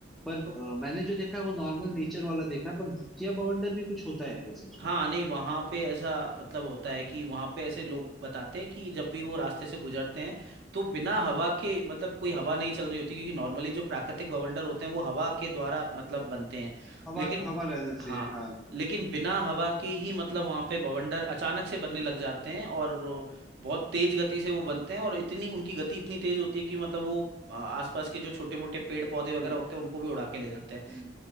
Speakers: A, in the centre; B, on the right.
A: पर अ,
B: तो
A: मैंने जो देखा है वो नॉर्मल नेचर वाला देखा है पर भूतिया बवंडर भी कुछ होता है क्या सच
B: हाँ
A: में
B: नहीं वहाँ पे ऐसा मतलब होता है कि वहाँ पे ऐसे लोग बताते हैं कि जब भी वो रास्ते से गुजरते हैं तो बिना हवा के मतलब कोई हवा नहीं चल रही होती क्योंकि नॉर्मली जो प्राकृतिक बवंडर होते हैं वो हवा के द्वारा मतलब बनते हैं
A: हवा
B: लेकिन
A: हवा रहना
B: हाँ
A: चाहिए हाँ
B: लेकिन बिना हवा के ही मतलब वहाँ पे बवंडर अचानक से बनने लग जाते हैं और वो बहुत तेज गति से वो बनते हैं और इतनी उनकी गति इतनी तेज होती है कि मतलब वो आ, आसपास के जो छोटे मोटे पेड़ पौधे वगैरह
A: हम्म,
B: होते हैं उनको भी उड़ा के ले जाते हैं
A: हम्म।